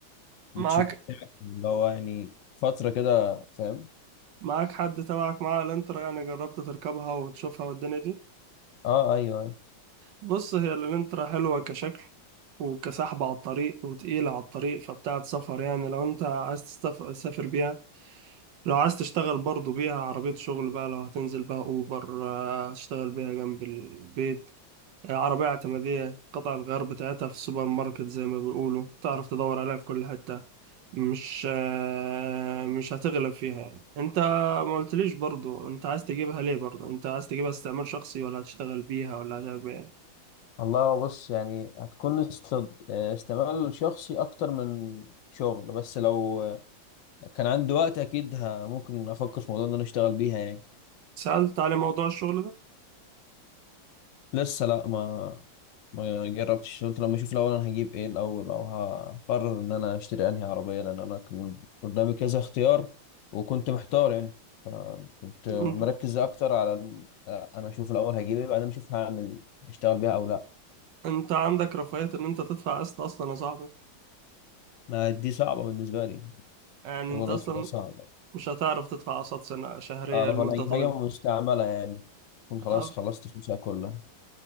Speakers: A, on the right; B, on the left.
A: معاك
B: مش بتاعت اللي هو يعني فتره كده فاهم
A: معاك حد تبعك معاه الانترا يعني جربت تركبها وتشوفها والدنيا دي؟
B: اه ايوه ايوه
A: بص هي الانترا حلوة كشكل وكسحب على الطريق وتقيلة على الطريق فبتاعة سفر يعني لو انت عايز تستف- تسافر بيها لو عايز تشتغل برضو بيها عربية شغل بقى لو هتنزل بقى اوبر آه، هتشتغل بيها جنب البيت آه، عربية اعتمادية قطع الغيار بتاعتها في السوبر ماركت زي ما بيقولوا تعرف تدور عليها في كل حتة مش آه، مش هتغلب فيها يعني. انت ما قلتليش برضو انت عايز تجيبها ليه برضو انت عايز تجيبها استعمال شخصي ولا هتشتغل بيها ولا هتعمل بيها
B: والله بص يعني هتكون استد... استعمال شخصي اكتر من شغل بس لو كان عندي وقت اكيد ه... ممكن افكر في موضوع ان انا اشتغل بيها يعني
A: سألت على موضوع الشغل ده
B: فلسه لا ما ما جربتش قلت لما اشوف الاول انا هجيب ايه الاول او هقرر ان انا اشتري انهي عربيه لان انا كان قدامي كذا اختيار وكنت محتار يعني فكنت مركز
A: م-
B: اكتر على ال- انا اشوف الاول هجيب ايه بعدين اشوف هعمل اشتغل بيها او لا
A: انت عندك رفاهية ان انت تدفع قسط اصلا يا صاحبي
B: ما دي صعبه بالنسبه لي
A: يعني
B: موضوع
A: انت
B: القسط
A: اصلا
B: ده صعب
A: مش هتعرف تدفع قسط سنة شهرية
B: اه
A: لمدة
B: فانا هجيب
A: طويلة
B: حاجه مستعمله يعني كنت
A: أب...
B: خلاص خلصت فلوسها كلها